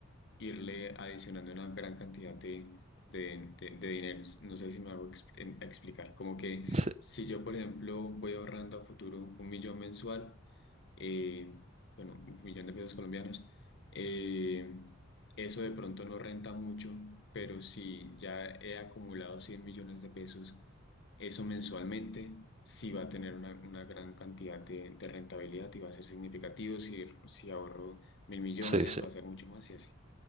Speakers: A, on the left; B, on the right.
A: irle adicionando una gran cantidad de, de, de- de dinero. No sé si me hago exp- en- explicar. Como que
B: Sí,
A: si yo, por ejemplo, voy ahorrando a futuro un millón mensual, eh, bueno, un millón de pesos colombianos, eh, eso de pronto no renta mucho, pero si ya he acumulado cien millones de pesos, eso mensualmente sí va a tener una, una gran cantidad de, de rentabilidad y va a ser significativo. Si, si ahorro mil millones,
B: sí, sí.
A: va a ser mucho más y así.